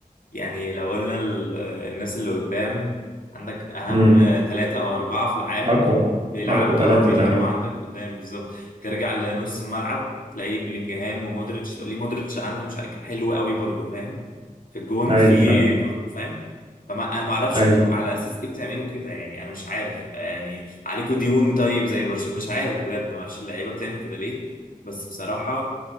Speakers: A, on the left; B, on the right.
A: يعني لو قلنا ال- الناس اللي قدام عندك أهم
B: مم.
A: ثلاثة أو أربعة في العالم
B: أقوى
A: بيلعبوا
B: أقوى ثلاثة
A: اه بيلعبوا
B: تقريبا
A: عندك قدام بالظبط ترجع لنص الملعب تلاقيه بلينجهام ومودريتش تقولي مودريتش عنده مش عارف- حلو قوي برضو فاهم في الجون
B: أيوة
A: في
B: فعلا
A: كورت فاهم فما انا ما اعرفش
B: أيوة
A: انتوا على اساس ايه بتعملوا كده يعني انا مش عارف يعني عليكوا ديون طيب زي برشلونة مش عارف بجد ما اعرفش اللعيبه بتعمل كده ليه بس بصراحه